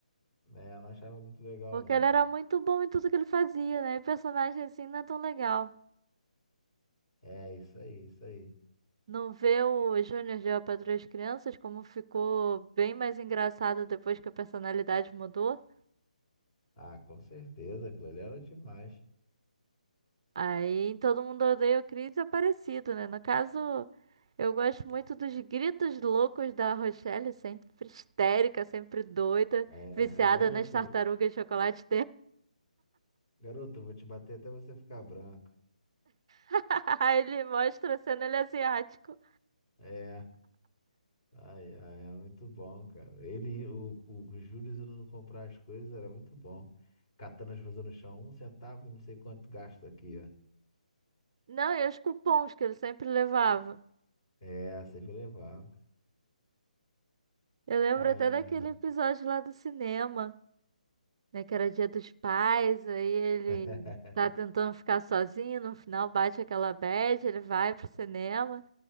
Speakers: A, on the left; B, on the right.
A: É, eu não achava muito legal,
B: Porque
A: não.
B: ele era muito bom em tudo que ele fazia, né? E personagem assim não é tão legal.
A: É, isso aí, isso aí.
B: Não vê o Júnior de A Patroa e as Crianças como ficou bem mais engraçado depois que a personalidade mudou.
A: Ah, com certeza, aquilo ali era demais.
B: Aí em todo mundo odeia o Chris é parecido, né? No caso, eu gosto muito dos gritos loucos da Rochelle, sempre histérica, sempre doida,
A: É,
B: viciada
A: garoto,
B: nas tartarugas de chocolate
A: garoto, eu vou te bater até você ficar branco.
B: <laughs> Ele mostra sendo ele é asiático.
A: É, ai, ai, é muito bom, cara. Ele, o, o, o Júlio indo comprar as coisas era muito bom. Catando as coisas no chão, um centavo, não sei quanto gasta aqui, ó.
B: Não, e os cupons que ele sempre levava.
A: É, sempre levava.
B: Eu lembro
A: Ai,
B: até daquele
A: ai,
B: episódio lá do cinema, né? Que era Dia dos Pais, aí ele
A: ai.
B: tá tentando
A: <laughs>
B: ficar sozinho, no final bate aquela bad, ele vai pro cinema.